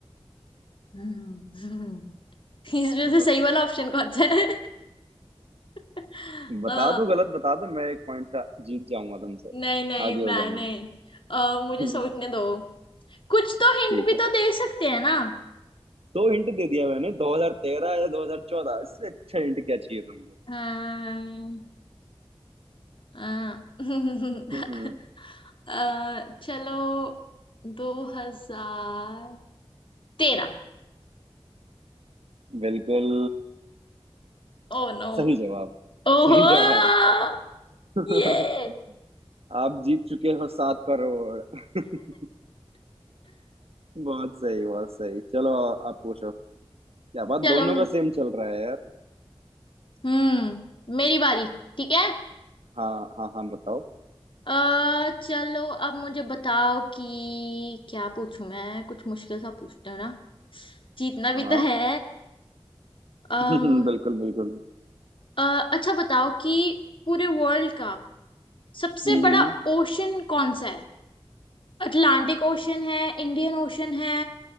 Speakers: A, on the left; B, on the right.
A: <laughs> हम्म, हम्म। इसमें
B: <laughs>
A: से सही वाला ऑप्शन कौन सा है <laughs>
B: बता
A: अ,
B: दो गलत बता दो मैं एक पॉइंट जीत जाऊंगा तुमसे
A: नहीं नहीं
B: आगे
A: मैं
B: हो जाऊंगी
A: नहीं अ, मुझे
B: <laughs>
A: सोचने दो कुछ तो हिंट
B: ठीक
A: भी
B: है
A: तो दे सकते हैं ना
B: दो हिंट दे दिया मैंने 2013 या 2014 इससे अच्छा हिंट क्या चाहिए तुमको
A: अम्म, अ, <laughs>
B: हम्म
A: अ, चलो दो हजार तेरह
B: बिल्कुल
A: Oh no
B: सही जवाब
A: ओहो
B: सही जवाब <laughs>
A: ये
B: आप जीत चुके हो सात करोड़ <laughs> बहुत सही बहुत सही चलो आप पूछो क्या बात
A: चलो
B: दोनों का सेम चल रहा है यार
A: हम्म मेरी बारी ठीक है
B: हाँ हाँ हाँ बताओ
A: अ चलो अब मुझे बताओ कि क्या पूछूं मैं कुछ मुश्किल सा पूछते हो ना जीतना
B: हाँ
A: भी तो है अम,
B: <laughs> बिल्कुल बिल्कुल
A: अ, अच्छा बताओ कि पूरे वर्ल्ड का सबसे
B: हम्म
A: बड़ा ओशन कौन सा है अटलांटिक ओशन है इंडियन ओशन है